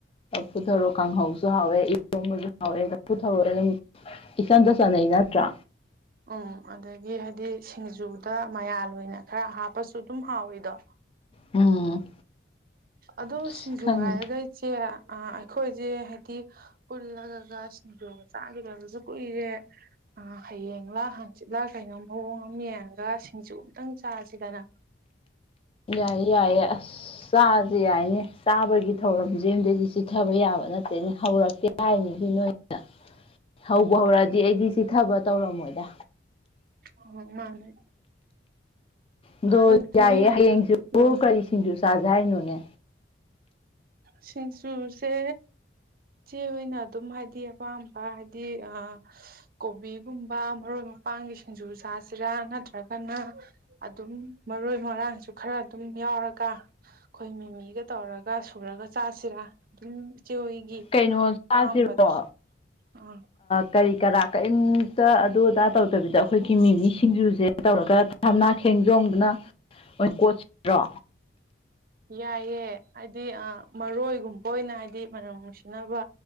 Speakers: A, on the left; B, on the right.
A: ꯄꯨꯊꯔꯣ ꯀꯥꯡꯍꯧꯁꯨ ꯍꯥꯎꯋꯦ ꯥꯎꯋꯦ ꯊꯔꯛ ꯑꯗꯨꯝ ꯏꯆꯟꯇ ꯆꯠꯅꯩ ꯅꯠꯇ꯭ꯔꯥ
B: ꯎꯝ ꯑꯗꯒꯤ ꯍꯥꯏꯗꯤ ꯁꯤꯡꯖꯨꯗ ꯃꯌꯥꯜ ꯑꯣꯏꯅ ꯈꯔ ꯍꯥꯞꯄꯁꯨ ꯑꯗꯨꯝ ꯍꯥꯎꯋꯤꯗꯣ
A: ꯎꯝ
B: ꯑꯗꯣ
A: ꯑꯁ
B: ꯁꯤꯡꯖꯨ
A: ꯈꯪꯗꯦ
B: ꯍꯥꯏꯔꯒꯩꯆꯦ ꯑꯩꯈꯣꯏꯁꯦ ꯍꯥꯏꯗꯤ ꯄꯨꯜꯂꯒꯒ ꯁꯤꯡꯖꯒ ꯆꯥꯒꯗꯒꯁꯨ ꯀꯨꯏꯔꯦ ꯍꯌꯦꯡꯂ ꯍꯥꯡꯆꯤꯠꯂꯥ ꯀꯩꯅꯣ ꯃꯑꯣꯡ ꯑꯃ ꯌꯦꯡꯉꯒ ꯁꯤꯡꯖꯨ ꯑꯃꯝꯇꯪ ꯆꯥꯁꯤꯗꯅ
A: ꯌꯥꯏꯌꯦ ꯌꯥꯏꯌꯦ ꯑꯁ ꯆꯥꯥꯁꯦ ꯌꯥꯏꯅꯦ ꯆꯥꯕꯒꯤ ꯊꯧꯔꯝꯁꯦ ꯑꯝꯗꯗꯤ ꯆꯤꯊꯕ ꯌꯥꯕ ꯅꯠꯇꯦꯅꯦ ꯍꯧꯔꯛꯇꯦ ꯀꯥꯏꯅꯤꯗꯤ ꯅꯣꯏꯗ ꯍꯧꯕ ꯍꯧꯔꯛꯑꯗꯤ ꯑꯩꯗꯤ ꯆꯤꯊꯕ ꯇꯧꯔꯝꯃꯣꯏꯗ
B: ꯑꯣ ꯃꯥꯅꯦ
A: ꯑꯗꯣ
B: ꯑꯗꯨꯗꯤ
A: ꯌꯥꯏꯌꯦ ꯍꯌꯦꯡꯁꯨꯣ
B: ꯎꯝ
A: ꯀꯔꯤ ꯁꯤꯡꯖꯨ ꯆꯥꯖ ꯍꯥꯏꯔꯤꯅꯣꯅꯦ
B: ꯁꯤꯁꯨꯁꯦ ꯏ ꯆꯦ ꯑꯣꯏꯅ ꯑꯗꯨꯝ ꯍꯥꯏꯗꯤ ꯑꯄꯥꯝꯕ ꯍꯥꯏꯗꯤ ꯑ ꯀꯣꯕꯤꯒꯨꯝꯕ ꯃꯔꯣꯏ ꯃꯄꯥꯡꯒꯤ ꯁꯤꯡꯖꯨ ꯆꯥꯁꯤꯔꯥ ꯅꯠꯇ꯭ꯔꯒꯅ ꯑꯗꯨꯝ ꯃꯔꯣꯏ ꯃꯔꯥꯡꯁꯨ ꯈꯔ ꯑꯗꯨꯝ ꯌꯥꯎꯔꯒ ꯑꯩꯈꯣꯏ ꯃꯤꯃꯤꯒ ꯇꯧꯔꯒ ꯁꯨꯔꯒ ꯆꯥꯁꯤꯔꯥ ꯑꯗꯨꯝ ꯏꯆꯦ ꯍꯣꯏꯒꯤ
A: ꯀꯩꯅꯣ
B: ꯑꯄꯥꯝꯕꯗꯨꯁꯨ
A: ꯆꯥꯁꯤꯔꯣ
B: ꯑꯥ
A: ꯀꯔꯤ ꯀꯔꯥ ꯀꯔꯤꯝꯇ ꯑꯗꯨ ꯑꯗꯥ ꯇꯧꯗꯕꯤꯗ ꯑꯩꯈꯣꯏꯒꯤ ꯃꯤ ꯃꯤ ꯁꯤꯡꯖꯨꯁꯦ ꯇꯧꯔꯒ ꯊꯝꯅꯥ ꯈꯦꯡꯖꯣꯗꯨꯅ ꯃꯣꯏ ꯀꯣꯠꯁꯤ꯭ꯔꯣ
B: ꯌꯥꯏꯑꯦ ꯍꯥꯏꯗꯤ ꯑ ꯃꯔꯣꯏꯒꯨꯝꯕ ꯑꯣꯏꯅ ꯍꯥꯏꯗꯤ ꯃꯅꯝ ꯅꯨꯡꯁꯤꯅꯕ